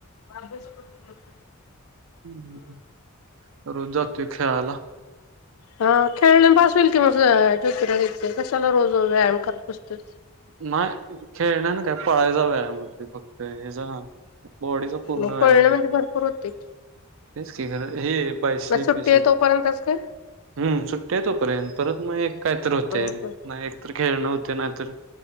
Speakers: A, on the left; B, on the right.
A: अभ्यासापुरत
B: हम्म रोजात ते खेळाला
A: हा खेळल्या पास <unintelligible> <unintelligible> कशाला रोज रोज व्यायाम करत तर
B: नाय खेळण्यांन काय पायाचा व्यायाम होतोय फक्त हेजा बॉडीच पूर्ण
A: मग
B: आहे
A: पळणे म्हणजे भरपूर होते
B: हेच क खर हे <unintelligible>
A: मग सुट्टी आहे
B: <unintelligible>
A: तोपर्यंतच काय
B: हम्म सुट्ट तोपर्यंत परत मग एक काहीतर होतय
A: हम्म
B: ना एकतर खेळणं ते नाहीतर